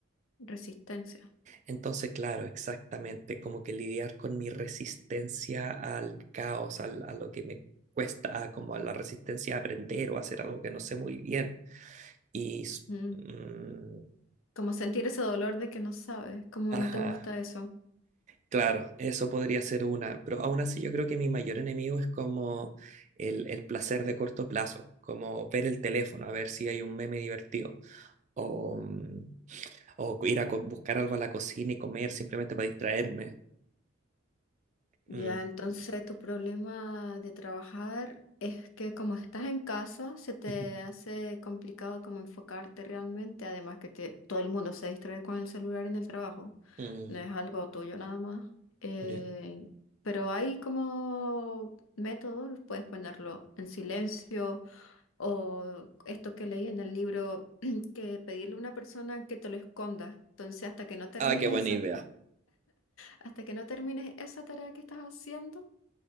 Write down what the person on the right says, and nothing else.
Entonces, claro, exactamente, como que lidiar con mi resistencia al caos, al- a lo que me cuesta, como a la resistencia a aprender o a hacer algo que no sé muy bien Y... s-
mm,
ajá,
claro, eso podría ser una, pero aún así yo creo que mi mayor enemigo es como el, el placer de corto plazo, como ver el teléfono, a ver si hay un meme divertido, o, mm, o ir a co- buscar algo a la cocina y comer simplemente para distraerme.
Mm,
<laughs>
ujú,
mm,
ya.
Ah, qué buena
idea.